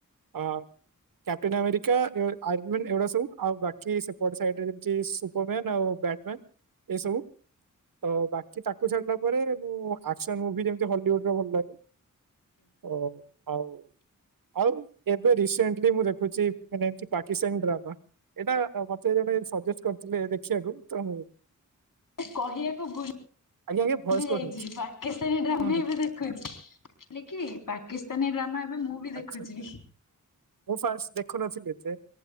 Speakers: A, on the right; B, on the left.
A: ଆ କେପ୍ଟଟେନ ଆମେରିକା ଏଣ୍ଡ <unintelligible> ଆଉ ସେ ପଛ ସାଇଡ୍ ରେ ଏ ସୁପରମେନ ଆଉ ବ୍ୟାଟସମେନ ଏ ସବୁ ତ ବାକି ତାକୁ ଛାଡିଲା ପରେ ମୁଁ ଆକ୍ସନ ମୁଭି ଯେମତି ହଲିଉଡର ଭଲ ଲାଗେ। ତ ଆଉ ଆଉ ଏବେ ରିସେଣ୍ଟଲି ମୁଁ ଦେଖୁଛି ମାନେ ଏମତି ପାକିସ୍ତାନୀ ଡ୍ରାମା ଏଟା ମତେ ଜଣେ ସଜେଷ୍ଟ କରିଥିଲେ ଦେଖିବାକୁ ତ
B: କହିବାକୁୁ ଭୁଲି
A: ଆଜ୍ଞା ଆଜ୍ଞା ଭଏସ
B: ଭୁଲି ଯାଇଛି
A: କୋଟ୍ ହଉଛି
B: ପାକିସ୍ତାନୀ ଡ୍ରାମା
A: ହୁଁ ହୁଁ
B: <unintelligible> ହେ କି ପାକିସ୍ତାନୀ ଡ୍ରାମା ଏବେ ମୁଁ ବି ଦେଖୁଛି।
A: ଆଚ୍ଛା ଆଚ୍ଛା ମୁଁ ଫାଷ୍ଟ ଦେଖୁନଥିଲି ଏତେ